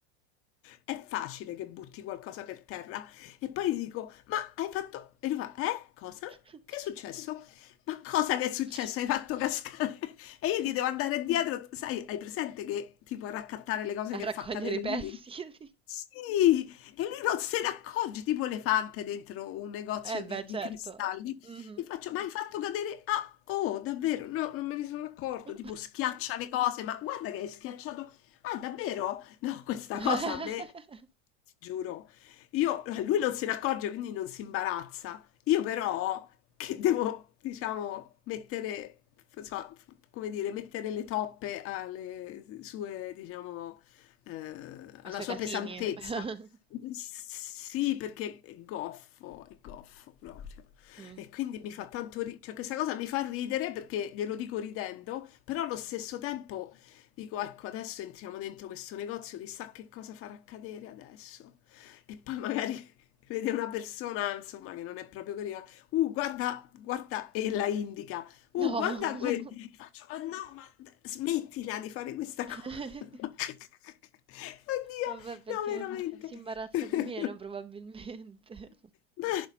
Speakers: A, on the left; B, on the right.
A: è facile che butti qualcosa per terra. E poi gli dico, ma hai fatto... E lui fa, eh? Cosa?
B: <laughs>
A: Che è successo? Ma cosa che è successo? Hai fatto cascare? E io gli devo andare dietro, sai, hai presente che tipo a raccattare le cose
B: A
A: che
B: raccogliere
A: fa cadere
B: i pezzi,
A: lui?
B: <laughs> sì.
A: Sì, e lui non se ne accorge, tipo elefante dentro un negozio
B: Eh beh,
A: di,
B: certo.
A: di cristalli.
B: Mhm.
A: Gli faccio, ma hai fatto cadere? Ah, oh, davvero? No, non me ne sono accorto.
B: Uh.
A: Tipo schiaccia le cose, ma guarda che hai schiacciato. Ah, davvero? No, questa
B: <laughs>
A: cosa a me, ti giuro, io, lui non se ne accorge, quindi non si imbarazza. Io però, che devo, diciamo, mettere, so, come dire, mettere le toppe alle sue, diciamo, eh, alla
B: Ai suoi
A: sua
B: casini.
A: pesantezza.
B: <laughs>
A: Sì, perché è goffo, è goffo proprio.
B: Mm.
A: E quindi
B: Mm.
A: mi fa tanto ridere, cioè questa cosa mi fa ridere perché glielo dico ridendo, però allo stesso tempo dico, ecco, adesso entriamo dentro questo negozio, chissà che cosa farà accadere adesso. E poi magari <laughs> Vede una persona, insomma, che non è proprio carina. Uh, guarda, guarda, e la indica. Uh,
B: No.
A: guarda que- e Faccio, "Ah, no, ma d- smettila di fare questa
B: <laughs>
A: cosa. <laughs> Oddio,
B: Vabbè, perché
A: no, veramente.
B: si imbarazza
A: <laughs>
B: di meno probabilmente.
A: Ma-